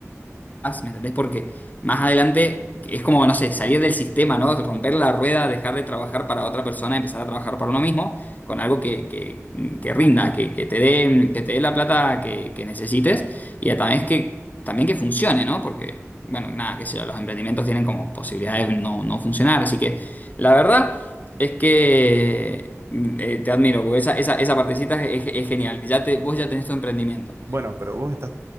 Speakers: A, on the left (about 35°); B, on the right (about 55°).
A: más, ¿me entendés? Porque más adelante es como, no sé, salir del sistema, ¿no? Romper la rueda, dejar de trabajar para otra persona, empezar a trabajar para uno mismo, con algo que, que- que rinda, que, que te dé, que te dé la plata que, que necesites y a también es que, también que funcione, ¿no? Porque, bueno, nada, qué sé yo, los emprendimientos tienen como posibilidades de no, no funcionar, así que la verdad es que... mm, eh, te admiro, porque esa, esa, esa partecita es, es genial. Ya te, vos ya tenés tu emprendimiento.
B: Bueno, pero vos estás